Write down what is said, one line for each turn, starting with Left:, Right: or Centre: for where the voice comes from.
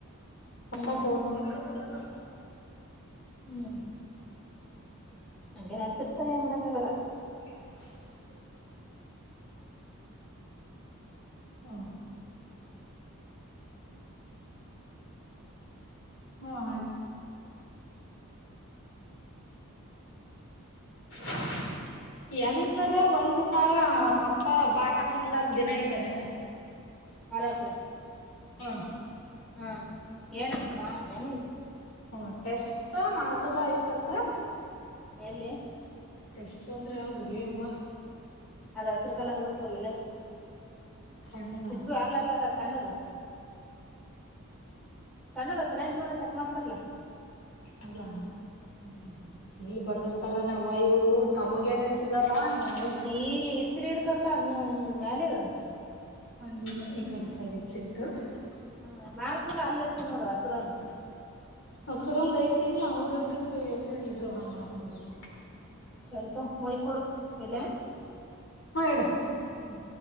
Left: ಪಪ್ಪಾ
Centre: ಹ್ಮ್
Left: ಫೋನ್ ಮಾಡಕತ್ತಾನ.
Centre: ಹ್ಮ. ಹಂಗೆ ನಡ್ತಿರ್ತಾನ ಎ ಮಾಡಕ್ಕಾಗಲ್ಲ.
Left: <inaudible> ಹಾ ಹ್ಮ ಆ <inaudible> ಎಂದರ ಒಂದ ದಿನಾರ ಅಪ್ಪ ಬಾ ಅಂದ್ಲಕ ದಿನ ಐತನಕ್ಕ. <inaudible>
Centre: ಪರಕ್ಕ
Left: ಹಾ
Centre: ಹ್ಮ ಏನಂತ ಬಾ ಅಂದೆನ ಈ
Left: ಹ್ಮ ಟೆಸ್ಟ್ ಮಾರ್ತುಲ್ಲಾ ಐತತ್ತ.
Centre: ಎಲ್ಲಿ
Left: ಟೆಸ್ಸು ಅಂದ್ರೆ ಯಾವ್ದ ಗೆ ಯವ್ವ.
Centre: ಅದ ಹಸರ ಕಲರ್ ಇರುತ್ತದಲ್ಲೇ.
Left: ಸಣ್ಣದ
Centre: ಬಿಸು ಅಲ್ಲ ಅಲ್ಲ ಅಲ್ಲ ಸಣ್ಣದ. ಸಣ್ಣದ ಕರೆಂಟ್ ಬಂದ ಚೆಕ್ ಮಾಡ್ತಾರಲ್ಲಾ.
Left: ಅದಾ
Centre: ಹ್ಮ್
Left: ಎಲ್ಲಿ ಬಡದಿರ್ತಾರ ನ ಇವರು ತಮಗೇನೆ ಸಿಗಲ್ಲಾ <unintelligible>
Centre: ಇಲಿ ಇಷ್ಟ <unintelligible> ಇ ಇಡ್ತರಲ ಮ್ಯಾಲೆ ಗ
Left: ಅಲ್ಲಿ ಇಲ್ ಈ ಕಡೆ ಸೈಡ್ ಐತ್ ಸಿಕ್ತ <unintelligible>
Centre: ಹ್ಮ ಮಾರ್ತಲ್ಲ ಅಲ್ಲಿ ಇರ್ತನೋಡ ಅದ ಹಸರಂದ
Left: ಹಸರಂದ್ ಐತಿ ಅವ್ರಲ್ಲಿಕ್ಕ ಎಲ್ಲೇ ಇದ್ರು ಹ ಇಲ್ಲೊಂದ್ ಐತಿ
Centre: ಇಡ್ಲ್ಯಾ <unintelligible>
Left: ಹ ಇಡ
Centre: ಹ್ಮ್.